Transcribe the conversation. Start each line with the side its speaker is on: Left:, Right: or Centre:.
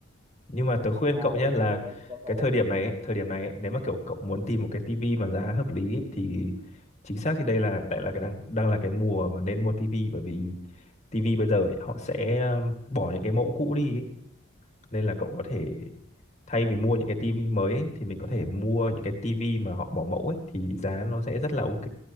Left: Nhưng mà tớ khuyên
Right: à
Left: cậu nhé
Right: vậy
Left: là
Right: thì mình vẫn vẫn ổn
Left: cái thời điểm này, ấy, thời điểm này ấy, nếu mà kiểu cậu muốn tìm một cái tivi mà giá hợp lý ấy, thì chính xác thì đây là lại là cái đang đang là cái mùa mà nên mua tivi bởi vì tivi bây giờ ấy, họ sẽ um, bỏ những cái mẫu cũ đi ấy. Nên là cậu có thể thay vì mua những cái tivi mới ấy, thì mình có thể mua những cái tivi mà họ bỏ mẫu ấy thì giá nó sẽ rất là ok.